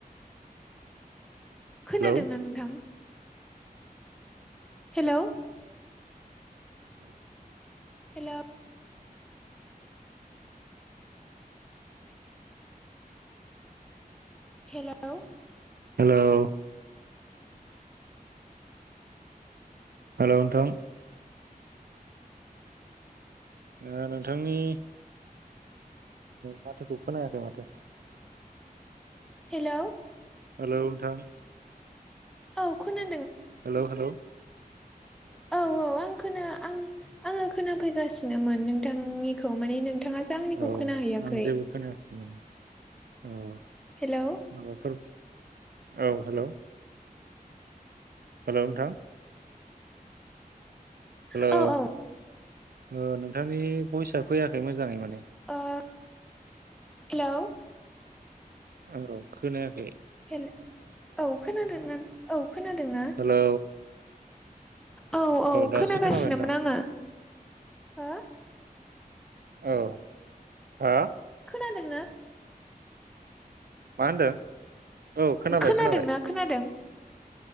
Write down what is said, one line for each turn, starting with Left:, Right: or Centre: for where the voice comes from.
Centre: खोनादोंना
Right: हेलौ
Centre: नोंथां? हेल' हेल' हेल'
Right: हेल' हेलौ नोंथां। ओ नोंथांनि माथोखौ खोनायाखै माथो
Centre: हेल'
Right: हेलौ नोंथां।
Centre: औ खोना
Right: हेल' हेल'
Centre: औ औ आं खोना आं आङो खोनाफैगासिनोमोन नों नोंथांनिखौ माने नोंथाङासो आंनिखौ
Right: औ
Centre: खोना हैैयाखै।
Right: आं जेबो खोनायाखै औ
Centre: हेलौ
Right: माबाफोर औ हेल' हेल' नोंथां हेलौ
Centre: औ औ
Right: ओ नोंथांनि बयसआ फैयाखै मोजाङै माने।
Centre: ओ हेल'
Right: औ खोनायाखै।
Centre: हेल औ खोनादों औ खोनादोंना?
Right: हेलौ
Centre: औ औ
Right: दासो
Centre: खोनागासिनोमोन
Right: खोनाबाय नोंथां
Centre: आङो हो
Right: औ हा
Centre: खोनादोंना?
Right: मा होनदों औ खोनाबाय
Centre: खोनादोंना
Right: खोनाबाय।
Centre: खोनादों